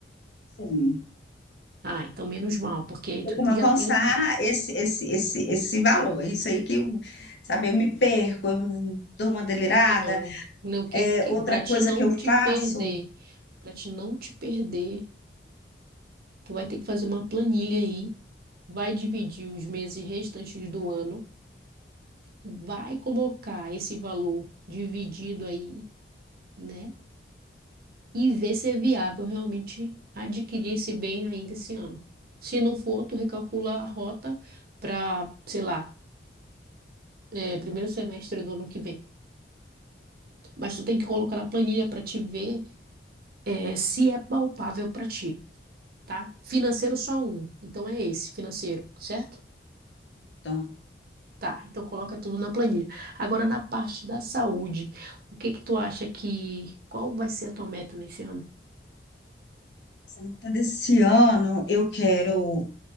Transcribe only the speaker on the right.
Ah, então menos mal, porque aí tu
já tem um,
não, né, o que,
que
para te
não
te
perder, para te não te perder, tu vai ter que fazer uma planilha aí, vai dividir os meses restantes do ano, vai colocar esse valor dividido aí né? e ver se é viável realmente adquirir esse bem ainda esse ano. Se não for, tu recalcula a rota para, sei lá, é, primeiro semestre do ano que vem. Mas tu tem que colocar na planilha para te ver é, se é palpável para ti, tá? Financeiro só um, então é esse, financeiro, certo?
Tá, então coloca tudo na planilha. Agora na parte da saúde, o que que tu acha que, qual vai ser a tua meta nesse ano?